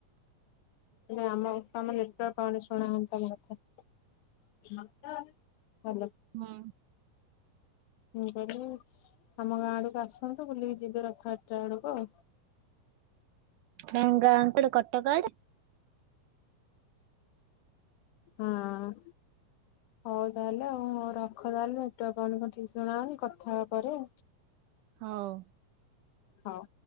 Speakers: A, on the left (about 80°); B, on the right (about 75°).
A: ଆମ ତମ ନତ୍ର କଣ ଶୁଣାନ୍ତା ମତେ। ହାଲୋ।
B: ହଁ।
A: ମୁଁ କରିବି ଆମ ଗାଁ ଆଡକୁ ଆସନୁ। ବୁଲିକି ଯିବ ରଥ ଯାତ୍ରା ବେଳକୁ।
B: ତମ ଗାଁ କୁଆଡେ କଟକ ଆଡେ?
A: ହଁ। ହଉ ତାହେଲେ ଆଉ ରଖ ତାହେଲେ ନେଟୱାର୍କ କଣ ଠିକ୍ ସେ ଶୁଣା ଯାଉନି କଥା ହେବା ପରେ।
B: ହୋଉ।
A: ହୋଉ।